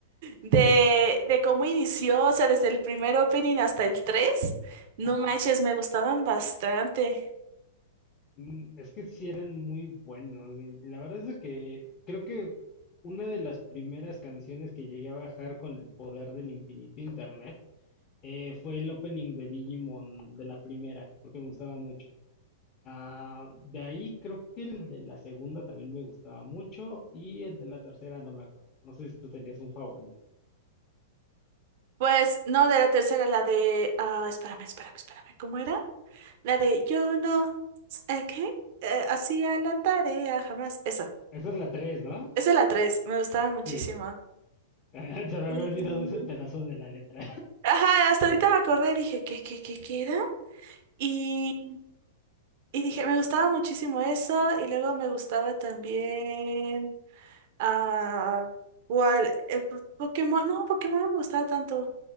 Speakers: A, on the right (about 55°); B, on the left (about 35°).
A: De, de cómo inició, o sea, desde el primer opening hasta el 3 no
B: Ajá.
A: manches, me gustaban bastante.
B: Mm, Es que sí eran muy buenos. y La verdad es de que creo que una de las primeras canciones que llegué a bajar con el poder del infinito internet eh, fue el opening de Digimon de la primera, porque me gustaba mucho. Ah, de ahí creo que el de la segunda también me gustaba mucho y el de la tercera no me acuerdo. No sé si tú tenías un favorito.
A: Pues, no, de la tercera, la de... Ah, espérame, espérame, espérame, ¿cómo era? La de yo no... eh, ¿Qué? Eh, hacía la tarea, jamás. Esa,
B: Esa es la tres, ¿no?
A: esa es la tres me gustaba muchísimo.
B: Sí. <laughs> Se me
A: Y-
B: había olvidado ese pedazo de la letra.
A: Ajá, hasta ahorita me acordé, dije, ¿qué, qué, qué, qué era? Y, y dije, me gustaba muchísimo eso, y luego me gustaba también... Ah, ¿cuál? Eh, po- Pokémon, no, Pokémon no me gustaba tanto.